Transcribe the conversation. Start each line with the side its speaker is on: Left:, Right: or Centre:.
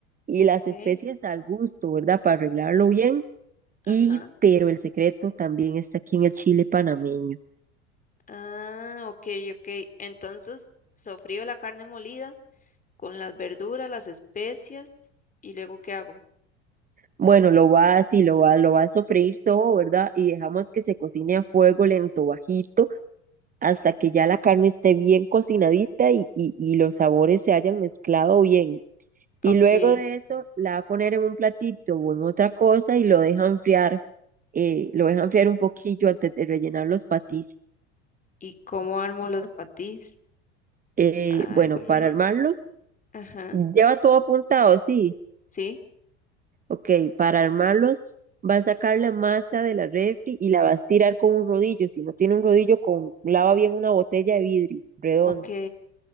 Right: y
Left: ok,
Right: las especias al gusto, ¿verdad? Para arreglarlo bien.
Left: ajá.
Right: Y, pero el secreto también está aquí en el chile panameño.
Left: Ah, ok, ok. Entonces, sofrío la carne molida con las verduras, las especias y luego ¿qué hago?
Right: Bueno, lo va así, lo va, lo va a sofreír todo, ¿verdad? Y dejamos que se cocine a fuego lento, bajito, hasta que ya la carne esté bien cocinadita y, y, y los sabores se hayan mezclado bien. Y
Left: Ok.
Right: luego de eso la va a poner en un platito o en otra cosa y lo deja enfriar, eh, lo deja enfriar un poquillo antes de rellenar los patis.
Left: ¿Y cómo armo los patís?
Right: Eh,
Left: Ay,
Right: bueno,
Left: güey.
Right: para armarlos,
Left: Ajá.
Right: lleva todo apuntado, sí.
Left: Sí.
Right: Ok, para armarlos va a sacar la masa de la refri y la va a estirar con un rodillo. Si no tiene un rodillo, con, lava bien una botella de vidrio redonda
Left: Ok,